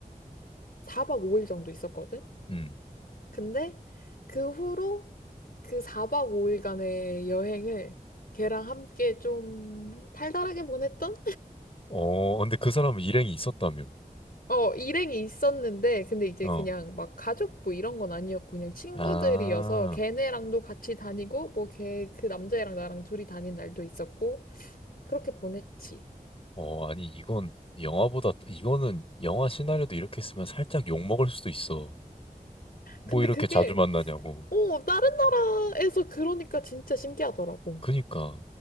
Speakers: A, on the left (about 75°); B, on the left (about 40°).
A: 4박 5일 정도 있었거든?
B: 음,
A: 근데 그 후로 그 4박 5일간의 여행을 걔랑 함께 좀 달달하게 보냈던?
B: 어, 근데 그 사람은 일행이 있었다며.
A: 어, 일행이 있었는데, 근데 이제
B: 어,
A: 그냥 막 가족 뭐 이런 건 아니었고, 그냥 친구들이어서
B: 아,
A: 걔네랑도 같이 다니고, 뭐 걔, 그 남자애랑 나랑 둘이 다닌 날도 있었고, 그렇게 보냈지.
B: 어, 아니, 이건 영화보다, 이거는 영화 시나리오도 이렇게 쓰으면 살짝 욕먹을 수도 있어. 뭐
A: 근데
B: 이렇게
A: 그게,
B: 자주 만나냐고.
A: 어, 다른 나라에서 그러니까 진짜 신기하더라고.
B: 그니까,